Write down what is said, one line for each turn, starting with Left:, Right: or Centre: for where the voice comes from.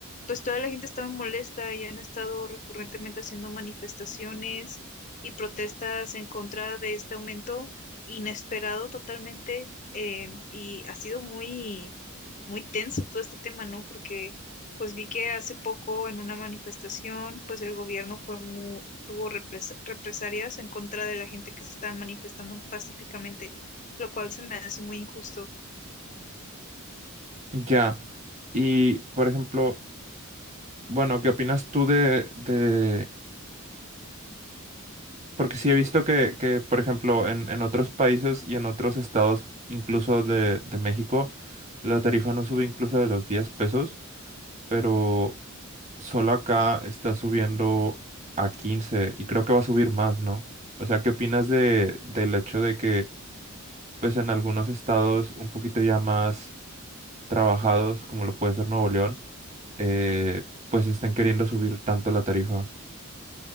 Left: pues toda la gente está muy molesta y han estado recurrentemente haciendo manifestaciones y protestas en contra de este aumento inesperado totalmente eh, y ha sido muy, muy tenso todo este tema, ¿no? Porque pues vi que hace poco en una manifestación pues el gobierno fue muy... tuvo repres- represalias en contra de la gente que se estaba manifestando pacíficamente lo cual se me hace muy injusto.
Right: Ya. Y, por ejemplo, bueno, ¿qué opinas tú de, de... Porque sí he visto que, que, por ejemplo, en, en otros países y en otros estados, incluso de, de México, la tarifa no sube incluso de los 10 pesos, pero... Solo acá está subiendo a 15 y creo que va a subir más, ¿no? O sea, ¿qué opinas de, del hecho de que, pues en algunos estados un poquito ya más trabajados, como lo puede ser Nuevo León, eh, pues estén queriendo subir tanto la tarifa?